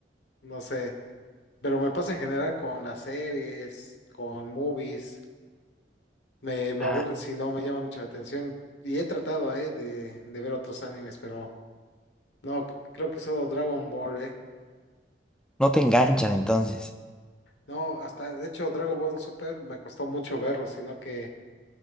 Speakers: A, on the left; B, in the centre.
A: no sé, pero me pasa en general con las series, con movies, me, me
B: Ah,
A: aburren si no me llama mucho la atención y he tratado, eh, de, de ver otros animes, pero no, creo que solo Dragon Ball, eh.
B: No te enganchan entonces.
A: No, hasta, de hecho Dragon Ball Super me costó mucho verlo, sino que